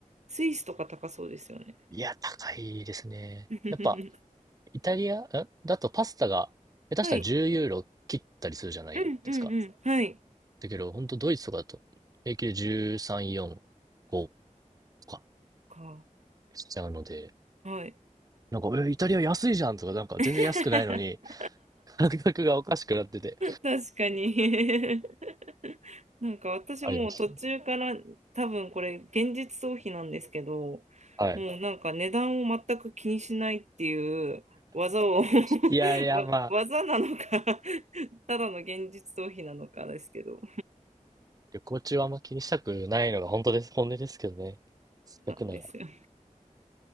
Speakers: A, on the right; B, on the right.
A: スイスとか高そうですよね。
B: いや、高いですね。
A: <laughs>
B: やっぱ、イタリア、んだとパスタが、下手したら10ユーロ切ったりするじゃないですか。
A: はい。うんうんうん。はい。
B: だけど、本当ドイツとかだと、平均で13、4、5か、
A: か。
B: しちゃうので、
A: はい。
B: なんか、え、イタリア安いじゃんとか、なんか全然安くないのに、
A: <laughs>
B: 感覚がおかしくなってて、
A: 確かに <laughs> なんか私もう途中から多分これ現実逃避なんですけど、
B: ありましたね。はい。
A: もうなんか値段を全く気にしないっていう技を
B: いやいや、
A: <laughs> わ技なのか
B: まあ、
A: ただの現実逃避なのかですけど
B: 旅行中はあんま気にしたくないのが本当です、本音ですけどね。
A: <laughs>
B: せっかくなら。
A: なんですよ。